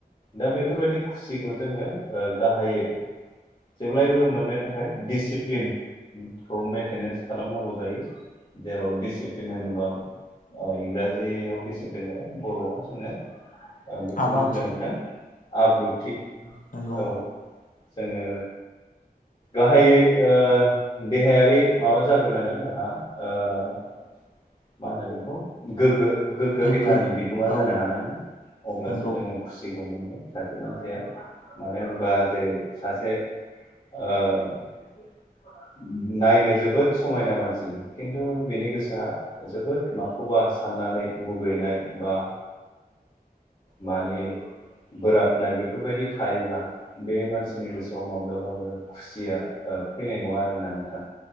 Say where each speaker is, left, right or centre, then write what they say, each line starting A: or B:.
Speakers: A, on the left; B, on the left.
A: दा बेफोरबायदि खुसिखौ जोङो ओ गाहायै जेब्लायबो मोननो थाखाय डिसिप्लिनखौ मेन्टेनेन्स खालामनांगौ जायो जेराव डिसिप्लिन होनोबा औ इंराजियाव डिसिप्लिन आरो बर'आव जोंनो ओ बेखौ
B: आब्रुथि
A: मा होनगोन नोंथां आब्रुथि
B: नंगौ
A: औ जोङो गाहायै ओ देहायारि माबा जाग्रोनांगोन जोहा ओ मा होनो बेखौ गोग्गो-गोग्गो
B: गोग्गो
A: देहानि बिगोमा
B: औ
A: जानो हानांगोन। अब्लासो
B: नंगौ
A: जोङो खुसिखौ मोनबाय सासे मानसिया मानो होनबा जेरै सासे ओ नायनो जोबोद समायना मानसि खिन्थु बेनि गोसोआ जोबोद माखौबा साननानै मुगैनाय बा माने बोराबनाय बेफोरबायदि थायोब्ला बे मानसिनि गोसोआव माब्लाबाबो खुसिया ओ फैनाय नङा आरोना नोंथां